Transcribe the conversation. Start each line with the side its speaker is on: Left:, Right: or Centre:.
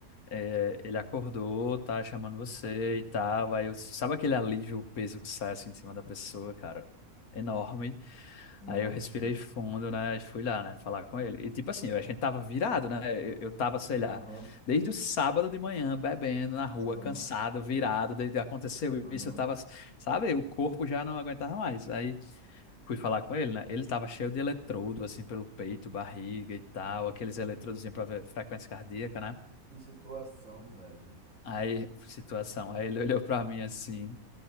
Left: é, ele acordou, tá chamando você e tal. Aí eu, sabe aquele alívio, o peso que sai assim de cima da pessoa, cara? Enorme.
Right: nossa.
Left: Aí eu respirei fundo, né? E fui lá, né? Falar com ele. E tipo assim, a gente tava virado, né? Eu, eu tava, sei lá,
Right: Aham,
Left: desde o sábado de manhã, bebendo na rua,
Right: aham,
Left: cansado, virado. Desde aconteceu
Right: aham.
Left: isso, eu tava, sabe? O corpo já não aguentava mais. Aí fui falar com ele, né? Ele tava cheio de eletrodo, assim, pelo peito, barriga e tal, aqueles eletrodos pra ver frequência cardíaca, né?
Right: Que situação, velho.
Left: Aí, situação. Aí ele olhou pra mim assim,